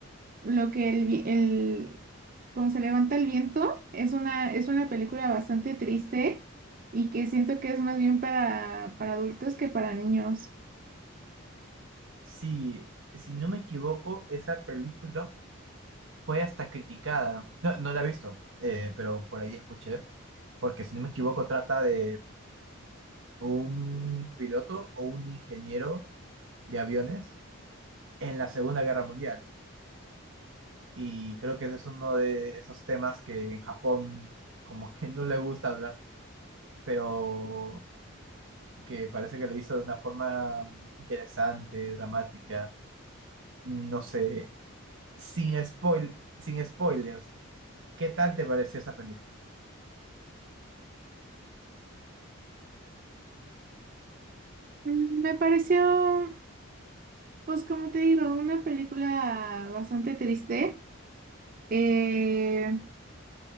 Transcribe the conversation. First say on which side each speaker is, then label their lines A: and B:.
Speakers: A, on the right; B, on the right.
A: lo que el, vi- el como se levanta el viento es una, es una película bastante triste y que siento que es más bien para, para adultos que para niños.
B: Sí, si no me equivoco, esa película fue hasta criticada. No, no la he visto, eh, pero por ahí escuché, porque si no me equivoco trata de un piloto o un ingeniero de aviones en la Segunda Guerra Mundial. Y creo que ese es uno de esos temas que en Japón como que no le gusta hablar, pero que parece que lo hizo de una forma interesante, dramática, no sé, sin spoil, sin spoilers. ¿Qué tal te pareció esa película?
A: Mm, Me pareció, pues como te digo, una película bastante triste. Eh,